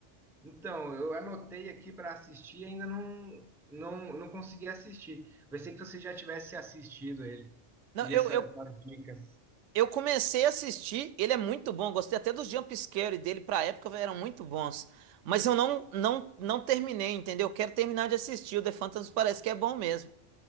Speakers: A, in the centre; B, on the right.
A: Então, eu anotei aqui para assistir e ainda não, não, não consegui assistir. Pensei que você já tivesse assistido ele.
B: Não,
A: Queria
B: eu,
A: saber
B: eu,
A: as dicas.
B: eu comecei a assistir. Ele é muito bom. Gostei até dos jump scare dele pra época, eram muito bons. Mas eu não, não, não terminei, entendeu? Eu quero terminar de assistir. O The Phantasm parece que é bom mesmo.